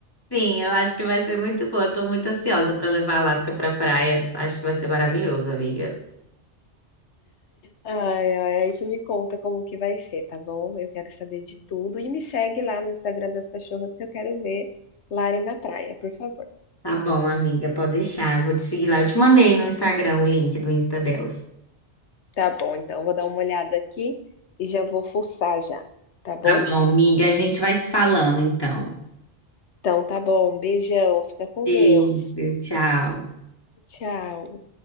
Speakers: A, on the left; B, on the left.
A: Sim, eu acho que vai ser muito bom. Eu tô muito ansiosa pra levar a Alaska pra praia. Acho que vai ser maravilhoso, amiga.
B: Ai, ai, aí você me conta como que vai ser, tá bom? Eu quero saber de tudo e me segue lá no Instagram das cachorras que eu quero ver Lari na praia, por favor.
A: Tá bom, amiga, pode deixar. Eu vou te seguir lá. Eu te mandei no Instagram o link do Insta delas.
B: Tá bom, então vou dar uma olhada aqui e já vou fuçar já, tá bom?
A: Tá bom, amiga, a gente vai se falando então.
B: Então tá bom, beijão, fica com
A: Beijo,
B: Deus.
A: tchau.
B: Tchau.